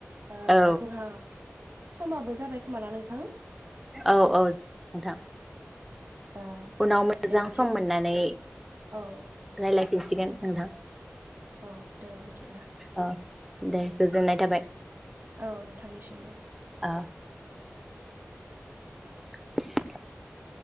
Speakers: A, on the right; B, in the centre.
A: ओ
B: औ
A: जोंहा समाबो जाबाय खोमा ना नोंथां
B: औ औ नोंथां
A: ओ
B: उनाव मोजां
A: दे बिदि
B: सम मोननानै
A: औ
B: रायलाय फिनसिगोन नोंथां
A: औ दे बिदिब्ला
B: औ दे गोजोननाय थाबाय
A: औ नोंथांनिसिमबो
B: औ <inaudible>